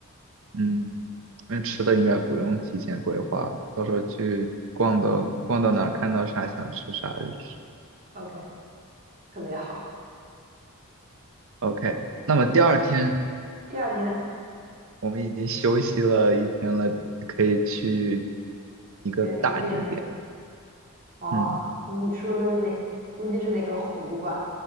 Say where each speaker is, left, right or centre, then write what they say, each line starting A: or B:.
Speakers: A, on the right; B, on the right.
A: 嗯，那吃的应该不用提前规划，到时候去逛的，逛到哪儿看到啥想吃啥就吃。
B: OK，特别好。
A: OK，那么第二天
B: 第二天
A: 我们已经休息了一天了，就可以去一个大景点。
B: 远一点，哦，
A: 嗯，
B: 你说的哪？估计是哪个湖吧？